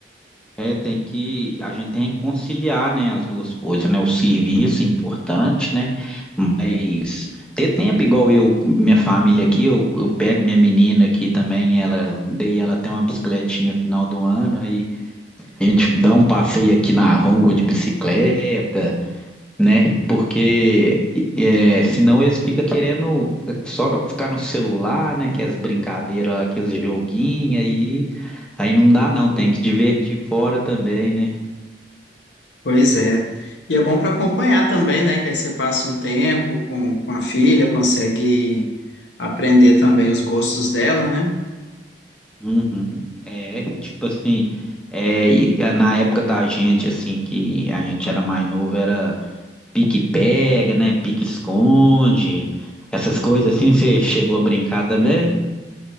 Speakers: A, in the centre; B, on the left.
A: É, tem que, a gente tem que conciliar, né, as duas coisas, né, o serviço importante, né, mas ter tempo igual eu, minha família aqui, eu, eu pego minha menina aqui também, ela, dei ela até uma bicicletinha final do ano, aí a gente dá um passeio aqui na rua de bicicleta, né, porque é, senão eles ficam querendo só no- ficar no celular, né, que as brincadeiras, aqueles joguinhos aí, aí não dá não, tem que divertir fora também, né.
B: Pois é. E é bom para acompanhar também, né? Que aí você passa um tempo com, com a filha, consegue aprender também os gostos dela, né?
A: Uhum, é, tipo assim, é, e, é, na época da gente, assim, que a gente era mais novo, era pique-pega, né, pique-esconde, essas coisas assim, você chegou a brincar também?